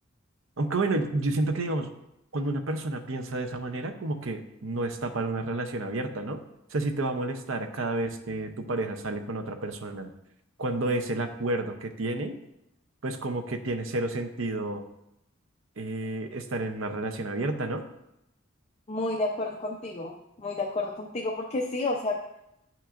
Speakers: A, on the right; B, on the left.
A: aunque bueno, yo siento que, digamos, cuando una persona piensa de esa manera, como que no está para una relación abierta, ¿no? O sea, si te va a molestar cada vez que tu pareja sale con otra persona, cuando es el acuerdo que tienen, pues como que tiene cero sentido eh, estar en una relación abierta, ¿no?
B: Muy de acuerdo contigo, muy de acuerdo contigo porque sí, o sea,